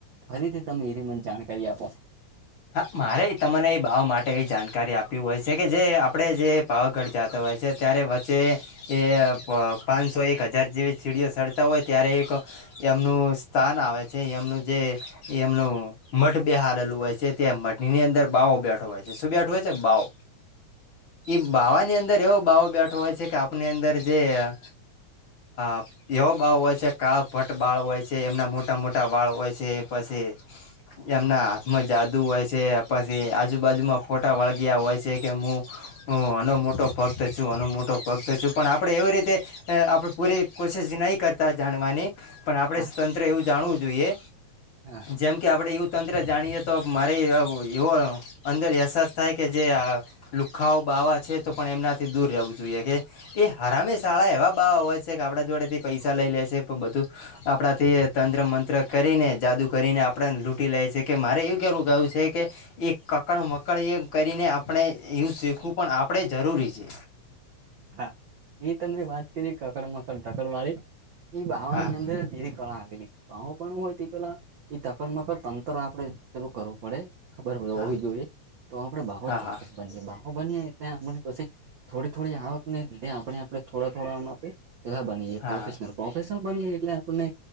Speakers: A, on the right; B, on the left.
A: ફરીથી તમે એ ર મને જાણકારી આપો.
B: હા મારે તમને એ બા માટે એ જાણકારી આપી હોય છે કે જે આપણે જે. પાવ ઘટ જતો હોય છે ત્યારે વચ્ચે. એ પાંચસો એક હજાર જેવી સીડીઓ સડતા હોય ત્યારે એક. એમનું સ્થાન આવે છે એમનું જે એમનું મઠ બહારેલું હોય છે. મનીની અંદર બાાવો બેઠો હોય છે શું બેઠો હોય છે બાવ. ઈ બાવાની અંદર એવો બાાવો બેઠો હોય છે કે આપની અંદર જે. અ <unintelligible> એવો બાળ હોય છે કાળ ભટ્ટ બાળ હોય છે એમના મોટા મોટા વાળ હોય છે પછી. એમના હાથમ જાત. હોય છે પછી આજુબાજુમાં ફોટા વળગયા હોય છે કે હું. હ અનો મોટો ભક્ત છું અનો મોટો ભક્ત છું પણ આપણે એવી રીતે. અ આપણે પૂરી કોશિશ નહીં કરતા જાણવાની. પણ આપડે
A: હા
B: તંત્ર એવું જાણવું જોઈએ.
A: હા.
B: જેમ કે આપણે એયું તંત્ર જાણીએ તો મારે એવો અંદર અહેસાસ થાય કે જે આ. લુખાઓ બાવા છે તો પણ એમનાથી દૂર રહેવું જોઈએ કે એ હરામે શાળા એવા બા હોય છે કે આપડા જોડે થી પૈસા લઈ લે છે પણ બધું આપણા થી તંત્ર મંત્ર કરીને જાદુ કરીને આપડને લૂંટી લે છે કે મારે એવું કેવું કયું છે કે એ કકડ મકડ એ કરીને આપણે એું શીખવું પણ આપણેે જરૂરી છે
A: હા એ તમને વાત કરી કકડ મકડ ધકડવાળી એ બાવા
B: હા
A: ની અંદર દેવી કડા આવેલી છે. પાવો પણણ હોય તે પેલા એ તકડ મકડ તંત્ર આપણે પેલું કરવું પડે. ખબર પ
B: હા
A: હોવી જોઈએ તો આપડે બાવો
B: હા
A: ચોક્કસ
B: હા
A: બ બાવો બની એટલે આપમને પછી થોડી થોડી આવકને લીધે આપણે આપણે થોડા થોડા આમ આપે એવા બધીયે
B: હા
A: પ્રોફેશનલ પ્રોફેશનલ બનીએ એટલે આપને